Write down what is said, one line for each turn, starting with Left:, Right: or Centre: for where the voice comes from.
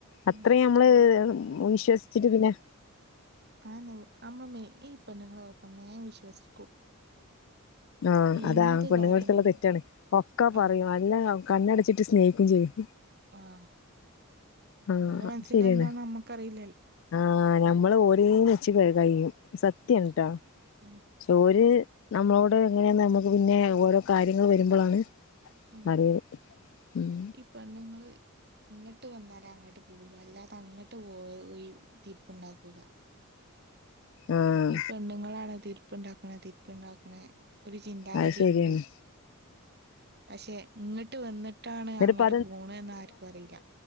Right: ഉം
Left: അത്രയും നമ്മള്
Right: അപ്പൊ
Left: വിശ്വസിച്ചിട്ട് പിന്നെ
Right: ആന്നെ അമ്മള് ഈപെണ്ണ്ങ്ങളെ കൊയപ്പം മ്മേ വിശ്വസിക്കും
Left: ആഹ് അതാ
Right: എന്ത്
Left: പെണ്ണുങ്ങട്ത്തുള്ള
Right: കാര്യണ്ടെങ്കിലും
Left: തെറ്റാണ് ഒക്കെ
Right: ആ
Left: പറയും നല്ല കണ്ണടച്ചിട്ട് സ്നേഹിക്കും ചെയ്യും
Right: ആഹ്
Left: ആഹ്
Right: ഓല മനസ്സില്
Left: ശരിയാണ്
Right: എന്താന്ന് നമ്മുക്കറില്ല
Left: ആഹ് ഞമ്മള് ഓല് വെച്ച് കഴിയും സത്യാണ്
Right: ഉം
Left: ട്ടോ
Right: ഉം
Left: പക്ഷേ ഓര് നമ്മളോട് എങ്ങനെയ നമ്മുക്ക് പിന്നെ ഓരോ കാര്യങ്ങൾ വരുമ്പോഴാണ്
Right: ഉം
Left: അറിയല് ഉം
Right: പെണ്ണുങ്ങള് ഇങ്ങോട്ട് വന്നാലേ അങ്ങോട്ട് പോക് ള്ളൂ അല്ലാതെ അങ്ങോട്ട് പോ തീർപ്പുണ്ടാക്കൂല്ല
Left: ആഹ്
Right: ഈ പെണ്ണുങ്ങളാണ് തീർപ്പുണ്ടാക്ക് ണേ തീർപ്പുണ്ടാക്ക്ണേ ഒരു ചിന്താഗതി
Left: അത് ശരിയാണ്
Right: ഇണ്ട് പക്ഷെ ഇങ്ങട്ട് വന്നിട്ടാണ്
Left: എന്നിട്ട്പ്പ
Right: അങ്ങോട്ട് പോണന്ന് ആർക്കും അറിയില്ല